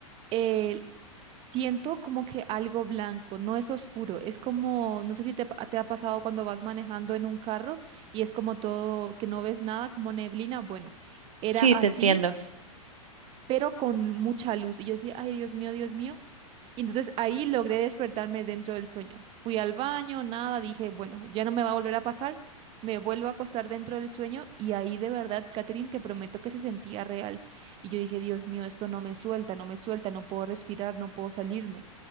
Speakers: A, on the right; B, on the right.
A: eh, siento como que algo blanco, no es oscuro, es como, no sé si te, pa- te ha pasado cuando vas manejando en un carro y es como todo, que no ves nada, como neblina, bueno, era
B: Sí,
A: así,
B: te entiendo.
A: pero con mucha luz. Y yo decía, ay, Dios mío, Dios mío. Y entonces ahí logré despertarme dentro del sueño. Fui al baño, nada, dije, bueno, ya no me va a volver a pasar. Me vuelvo a acostar dentro del sueño y ahí de verdad, Catherine, te prometo que se sentía real. Y yo dije, Dios mío, esto no me suelta, no me suelta, no puedo respirar, no puedo salirme.